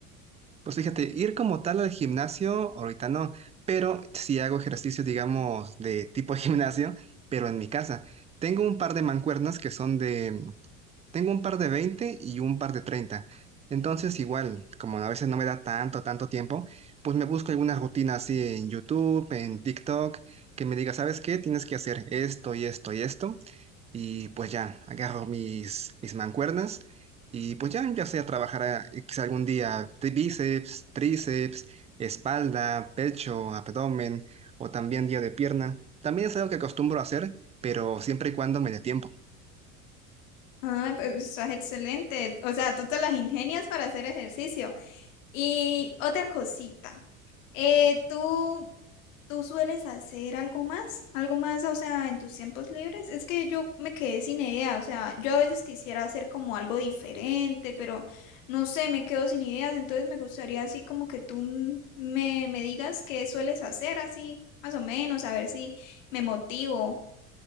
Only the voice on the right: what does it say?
Pues fíjate, ir como tal al gimnasio, ahorita no, pero sí hago ejercicio, digamos, de tipo <laughs> gimnasio, pero en mi casa. Tengo un par de mancuernas que son de, tengo un par de 20 y un par de 30. Entonces, igual, como a veces no me da tanto, tanto tiempo, pues me busco alguna rutina así en YouTube, en TikTok, que me diga, ¿sabes qué? Tienes que hacer esto y esto y esto. Y pues ya, agarro mis, mis mancuernas y pues ya, ya sea trabajar a- quizá algún día de bíceps, tríceps, espalda, pecho, abdomen o también día de pierna. También es algo que acostumbro a hacer, pero siempre y cuando me dé tiempo.